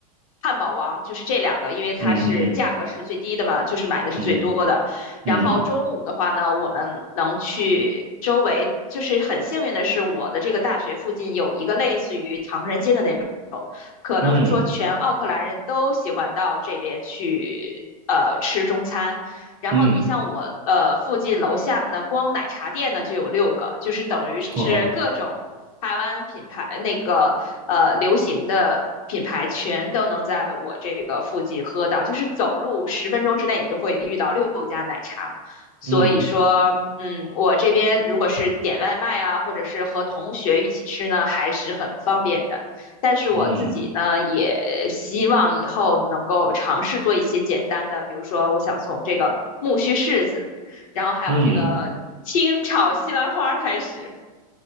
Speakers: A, on the left; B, on the right.
A: 汉堡王，就是这两个，因为它是价格是最低的嘛，
B: 嗯嗯
A: 就是买的是最多的。
B: 嗯
A: 然后中午的话呢，
B: 嗯
A: 我们能去周围，就是很幸运的是，我的这个大学附近有一个类似于唐人街的那种。可能是说全奥克兰人都喜欢到这边去呃吃中餐。
B: 嗯
A: 然后你像我呃附近楼下呢，
B: 嗯，
A: 光奶茶店呢就有六个，就是等于是各种台湾品牌那个呃流行的品牌全都能在我这个附近喝到，
B: 哇，
A: 就是走路十分钟之内你就会遇到六家奶茶。所以说，
B: 嗯
A: 嗯，我这边如果是点外卖啊，或者是和同学一起吃呢，还是很方便的。但是我自己呢，
B: 嗯嗯。
A: 也希望以后能够尝试做一些简单的，比如说，我想从这个木须柿子，然后还有这个清炒西兰花开始，
B: 嗯